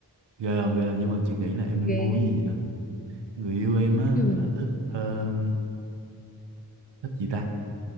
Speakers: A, on the right; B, on the left.
A: ghê không ghê à. nhưng mà chị nghĩ là em nên
B: Ghê
A: mua
B: ghê.
A: cái gì vậy người yêu em á
B: Ừ,
A: là thích ờ, thích gì ta